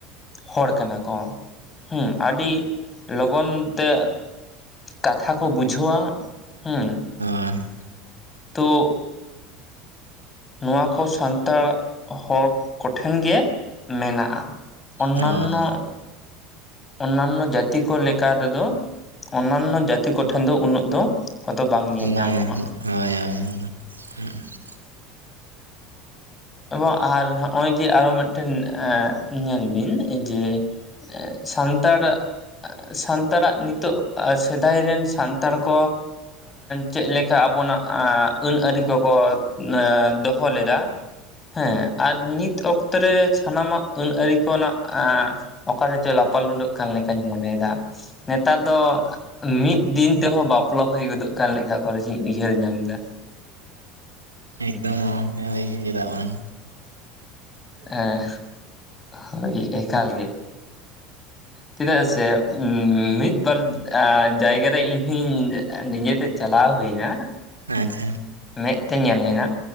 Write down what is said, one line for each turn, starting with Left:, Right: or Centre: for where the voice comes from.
Left: ᱦᱚᱲ ᱠᱟᱱᱟ ᱠᱚ ᱦᱩᱸ ᱟᱹᱰᱤ ᱞᱚᱜᱚᱱ ᱛᱮ ᱠᱟᱛᱷᱟ ᱠᱚ ᱵᱩᱡᱷᱟᱹᱣᱟ ᱦᱩᱸ
Right: <unintelligible>
Left: ᱛᱚ ᱱᱚᱣᱟ ᱠᱚ ᱥᱟᱱᱛᱟᱲ ᱦᱚᱲ ᱠᱚᱴᱷᱮᱱ ᱜᱮ ᱢᱮᱱᱟᱜᱼᱟ ᱚᱱᱱᱟᱱᱚ
Right: ᱦᱳᱭ
Left: ᱚᱱᱱᱟᱱᱚ ᱡᱟᱹᱛᱤ ᱠᱚ ᱞᱮᱠᱟ ᱛᱮᱫᱚ ᱚᱱᱱᱟᱱᱚ ᱡᱟᱹᱛᱤ ᱠᱚᱴᱷᱮᱱ ᱫᱚ ᱩᱱᱟᱹᱜ ᱫᱚ ᱦᱚᱭᱛᱚ ᱵᱟᱝ
Right: <unintelligible>
Left: ᱧᱮᱞ ᱧᱟᱢᱚᱜᱼᱟ ᱮᱵᱚᱝ ᱟᱨ ᱱᱚᱜᱼᱚᱭ ᱡᱮ ᱟᱨᱚ ᱢᱤᱫᱴᱮᱱ ᱧᱮᱞ ᱵᱤᱱ ᱡᱮ ᱮᱸ ᱥᱟᱱᱛᱟᱲ ᱥᱟᱱᱛᱟᱲ ᱟᱜ ᱱᱤᱛᱚᱜ ᱥᱮᱫᱟᱭ ᱨᱮᱱ ᱥᱟᱱᱛᱟᱲ ᱠᱚ ᱪᱮᱫ ᱞᱮᱠᱟ ᱟᱵᱚᱱᱟᱜ ᱟᱹᱱ ᱟᱹᱨᱤ ᱠᱚᱠᱚ ᱫᱚᱦᱚ ᱞᱮᱫᱟ ᱦᱮᱸ ᱟᱨ ᱱᱤᱛ ᱚᱠᱛᱚ ᱨᱮ ᱥᱟᱱᱟᱢᱟᱜ ᱟᱹᱱ ᱟᱹᱨᱤ ᱠᱚ ᱱᱟᱜ ᱚᱠᱟ ᱨᱮᱪᱚ ᱞᱟᱯᱟ ᱞᱩᱸᱰᱟᱹᱜ ᱠᱟᱱ ᱞᱮᱠᱟᱧ ᱢᱚᱱᱮᱭᱮᱫᱟ ᱱᱮᱛᱟᱨ ᱫᱚ ᱢᱤᱫ ᱫᱤᱱ ᱛᱮᱦᱚᱸ ᱵᱟᱯᱞᱟ ᱦᱩᱭ ᱜᱚᱫᱚᱜ ᱠᱟᱱ ᱞᱮᱠᱟ ᱚᱠᱟ ᱠᱚᱨᱮᱫᱚᱝ ᱤᱧ ᱩᱭᱦᱟᱹᱨ ᱧᱟᱢ ᱮᱫᱟ᱾
Right: ᱮᱠᱫᱚᱢ ᱦᱚᱸᱭ ᱜᱮ ᱪᱮᱫᱟᱜ ᱵᱟᱝ᱾
Left: ᱦᱮᱸ ᱦᱳᱭ ᱮᱠᱟᱞ ᱜᱮ ᱪᱮᱫᱟᱜ ᱥᱮ ᱢᱤᱫ ᱵᱟᱨ ᱡᱟᱭᱜᱟ ᱨᱮ ᱤᱧ ᱦᱚᱸᱧ ᱱᱤᱡᱮᱛᱮ ᱪᱟᱞᱟᱣ ᱦᱩᱭ ᱮᱱᱟ
Right: ᱟᱪᱪᱷᱟ
Left: ᱢᱮᱸᱫ ᱛᱮ ᱧᱮᱞ ᱦᱩᱭᱱᱟ